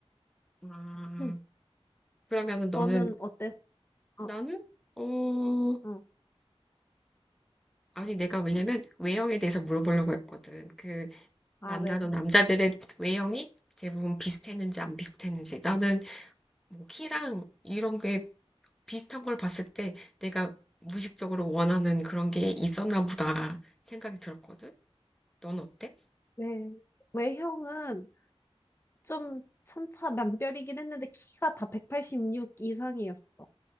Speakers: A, in the centre; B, on the left.
A: 아,
B: 음.
A: 그러면은 너는,
B: 너는 어땠어? 어,
A: 나는? 어,
B: 어,
A: 아니, 내가 왜냐면 외형에 대해서 물어보려고 했거든. 그,
B: 아,
A: 만나던
B: 왜?
A: 남자들의 외형이 대부분 비슷했는지 안 비슷했는지. 나는 뭐 키랑 이런 게 비슷한 걸 봤을 때 내가 무의식적으로 원하는 그런 게 있었나 보다 생각이 들었거든. 넌 어때?
B: 네. 외형은 좀 천차만별이긴 했는데 키가 다 186 이상이었어.